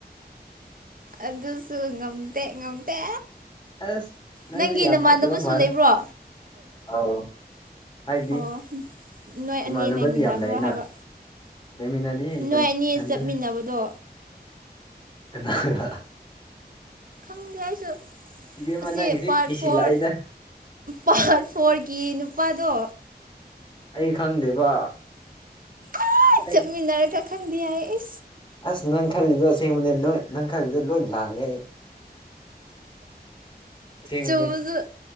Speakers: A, on the right; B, on the left.
A: ꯑꯗꯨꯁꯨ ꯉꯝꯗꯦ ꯉꯝꯗꯦ
B: ꯑꯁ ꯅꯪꯁꯨ
A: ꯅꯪꯒꯤ
B: ꯌꯥꯝ
A: ꯅꯃꯥꯟꯅꯕꯁꯨ
B: ꯐꯠꯇꯕ ꯃꯥꯜꯂꯦ
A: ꯂꯩꯕ꯭ꯔꯣ
B: ꯑꯧ ꯍꯥꯏꯕꯗꯤ
A: ꯑꯣ ꯅꯣꯏ
B: ꯏꯃꯥꯟꯅꯕꯗꯤ
A: ꯑꯅꯤ ꯂꯩꯃꯤꯟꯅꯕ꯭ꯔꯣ
B: ꯌꯥꯝ ꯂꯩꯌꯦꯅ
A: ꯍꯥꯏꯕ
B: ꯂꯩꯃꯤꯟꯅꯗꯤ ꯏꯊꯟ
A: ꯅꯣꯏ ꯑꯅꯦ
B: ꯏꯊꯟꯗꯅꯦ
A: ꯆꯠꯃꯤꯟꯅꯕꯗꯣ
B: ꯀꯅꯥꯒ
A: ꯈꯪꯗꯦ ꯍꯥꯏꯁꯨ
B: ꯏꯕꯦꯝꯃ
A: ꯑꯁꯤ
B: ꯅꯪꯒꯤꯁꯤ
A: ꯄꯥꯔꯠ
B: ꯀꯤꯁꯤꯜꯂꯛꯏꯗ
A: ꯐꯣꯔ ꯄꯥꯔ ꯐꯣꯔꯒꯤ ꯅꯨꯄꯥꯗꯣ
B: ꯑꯩ ꯈꯪꯗꯦꯕ
A: ꯑ
B: ꯑꯩ
A: ꯆꯠꯃꯤꯟꯅꯔꯒ ꯈꯪꯗꯤ ꯍꯥꯢ
B: ꯑꯁ ꯅꯪ ꯈꯜꯂꯤꯗꯣ ꯑꯁꯦꯡꯕꯅꯦ ꯅꯣꯏ ꯅꯪ ꯈꯜꯂꯤꯗꯣ ꯂꯣꯏ ꯂꯥꯜꯂꯦ ꯑꯩ ꯑꯁꯦꯡꯕꯅꯦ
A: ꯆꯣꯡꯁꯨ